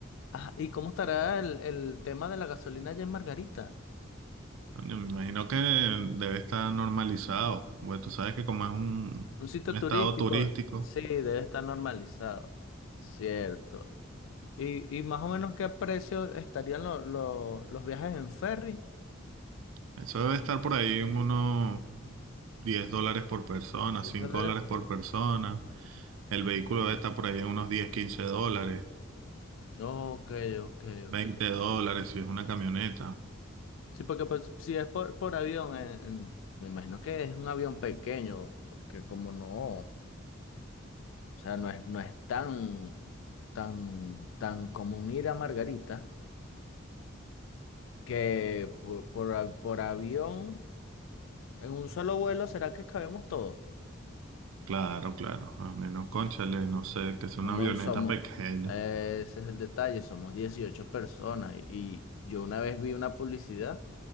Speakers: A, on the left; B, on the right.
A: Ajá, ¿y cómo estará el, el tema de la gasolina allá en Margarita?
B: Coño, me imagino que debe estar normalizado. Bueno, tú sabes que como es un,
A: Un sitio
B: un estado
A: turístico,
B: turístico,
A: sí, debe estar normalizado, cierto. ¿Y, y más o menos qué precio estarían lo- lo- los viajes en ferry?
B: eso debe estar por ahí en unos 10 dólares por persona,
A: diez
B: 5
A: dólares
B: dólares por
A: por...
B: persona. El vehículo debe estar por ahí en unos 10, 15 dólares,
A: Ok, ok,
B: veinte
A: ok.
B: dólares si es una camioneta.
A: Sí, porque pues, si es por, por avión, en- en- me imagino que es un avión pequeño, que como no, o sea, no es, no es tan, tan, tan común ir a Margarita. que por, por, a- por avión, en un solo vuelo, ¿será que cabemos todos?
B: Claro, claro. A menos, cónchale, no sé, que sea
A: Somos,
B: una avioneta
A: somos,
B: pequeña.
A: eh, ese es el detalle, somos 18 personas y, y yo una vez vi una publicidad